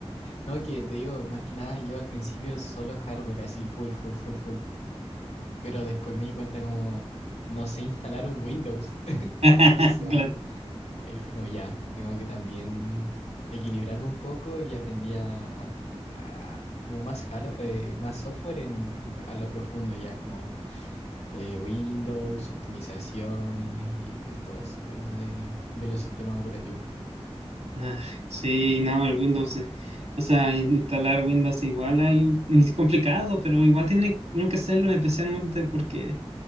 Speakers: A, on the left (about 85°); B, on the right (about 80°).
A: No, que te digo, más que nada, yo al principio solo hardware, así, full, full, full, full. Pero después me di cuenta como, no sé instalar un Windows. <laughs> Entonces
B: Ah,
A: ahí,
B: claro.
A: ahí fue como ya, tengo que también equilibrarme un poco y aprendí a, a- a- como más hard, eh, más software en, a lo profundo, ya como eh, Windows, optimizaciones y es todo ese tema de, de los sistemas operativos.
B: Ah, sí, no, el Windows. eh, O sea, instalar Windows igual hay- es complicado, pero igual tiene uno que hacerlo especialmente porque